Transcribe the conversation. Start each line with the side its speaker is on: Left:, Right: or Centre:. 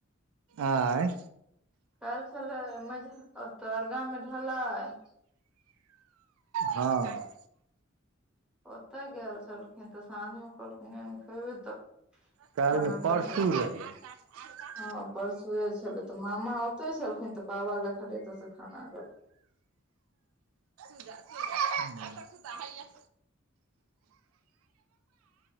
Right: आयं
Centre: काल्हि छले अरगा मे ढलाई
Right: हँ
Centre: ओतय गेल छलखिन तऽ साँझमे कहलखिन खेबै तऽ
Right: काल्हि
Centre: खान
Right: ने परसू
Centre: द देब
Right: रहै
Centre: हँ परसुए छले तऽ मामा ओते छलखिन तऽ बाबा ल खाली ओत से खाना गेलै
Right: <unintelligible> दोसर कुत्ता हैया